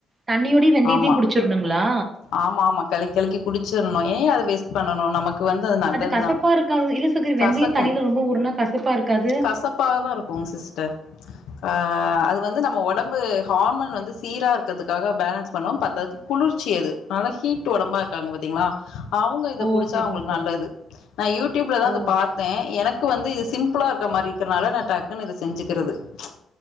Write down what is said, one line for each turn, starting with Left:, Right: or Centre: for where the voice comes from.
Right: தண்ணியோட வெந்தயத்தையு
Left: ஆமா
Right: குடிச்சிருனுங்களா
Left: ஆமா ஆமா கலக்கி கலக்கி குடிச்சுர்ணு ஏ அத வேஸ்ட் பண்ணனு நமக்கு வந்து அது நல்லதுதா
Right: கசப்பா இருக்காது இல்ல சகோதரி வெந்தய
Left: கசக்
Right: தண்ணில
Left: கும்
Right: ரொம்ப ஊறுனா கசப்பா இருக்காது
Left: கசப்பாகதா இருக்கு சிஸ்டர் க ஆ அது வந்து நம்ம உடம்பு ஹார்மோன் வந்து சீரா இருக்கிறதுக்காக பேலன்ஸ் பண்ணோ பத்தாதுக்கு குளிர்ச்சி இது நல்லா ஹீட் உடம்பா இருக்காங்க பாத்தீங்களா அவங்க இத
Right: ஓ
Left: குடிச்சா
Right: செரிங்க
Left: அவங்களுக்கு
Right: செரி
Left: நல்லது நா யூடிப்ளதா
Right: ஓ
Left: இத பாத் எனக்கு வந்து இது சிம்பிளா இருக்க மாரி இருக்கிறனால நா டாக்குன்னு இத செஞ்சுக்கிறது டச்